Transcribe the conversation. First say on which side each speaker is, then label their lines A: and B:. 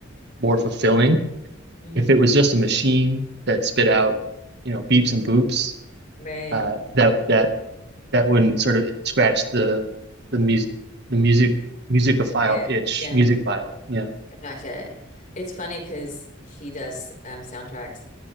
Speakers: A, on the right; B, on the left.
A: more fulfilling.
B: hmm
A: If it was just a machine that spit out you know beeps and boops,
B: Right.
A: uh, that that that wouldn't sort of scratch the the music the music musicophile
B: Yeah.
A: itch
B: Yeah.
A: music file yeah
B: Gotcha. It's funny because he does um, soundtracks.